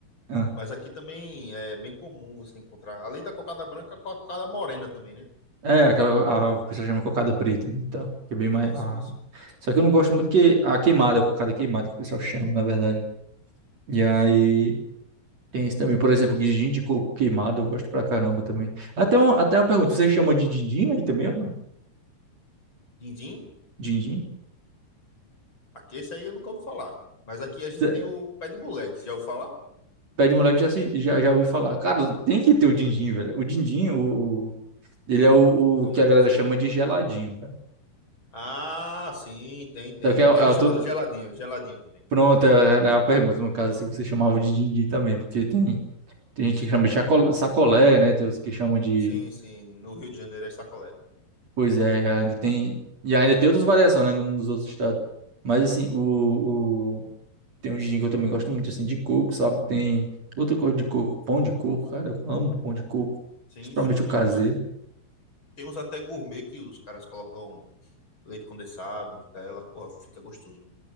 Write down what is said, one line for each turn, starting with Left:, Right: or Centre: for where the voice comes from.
Right: ah,
Left: Mas aqui também é bem comum você encontrar, além da cocada branca, a cocada morena também, né?
Right: é, aquela, a, o pessoal chama cocada preta, né? Então, que é bem mais...
Left: Isso,
Right: ah.
Left: isso,
Right: Só que eu não gosto muito que a queimada, a cocada queimada, que o pessoal chama, na verdade. E
Left: isso.
Right: aí... Tem isso também. Por exemplo, guindinho de coco queimado, eu gosto pra caramba também. Até, um, até uma pergunta, você chama de dindim aí também ou não?
Left: Dindim?
Right: Dindim?
Left: Aqui esse aí eu nunca ouvi falar. Mas aqui a gente
Right: Cê-
Left: tem o pé de moleque. Já ouviu falar?
Right: Pede moleque já, se- já, já ouviu falar. Cara, tem que ter o dindim, velho. O dindim, o, o- ele é o,
Left: Como
Right: o que
Left: é
Right: a
Left: que
Right: galera
Left: é feito?
Right: chama de geladinho, cara.
Left: Ah, sim, tem, tem.
Right: Só que é,
Left: Aqui
Right: é,
Left: a gente
Right: o
Left: chama
Right: to-
Left: de geladinho, geladinho também.
Right: pronto, era a pergunta, no caso, se você chamava de dindim também, porque tem, tem gente que chama de chaco- sacolé, né? Tem os que chamam de...
Left: Sim, sim. No Rio de Janeiro é sacolé.
Right: Pois é, ainda tem... E ainda tem outras variações, né? Nos outros estados. Mas assim, o, Tem um gin que eu também gosto muito, assim, de coco, sabe? Tem outra coisa de coco, pão de coco, cara, eu amo pão de coco.
Left: Sim,
Right: Principalmente
Left: sim. Tem
Right: o caseiro.
Left: uns, tem uns até gourmet que os caras colocam leite condensado, Nutella, porra, fica gostoso.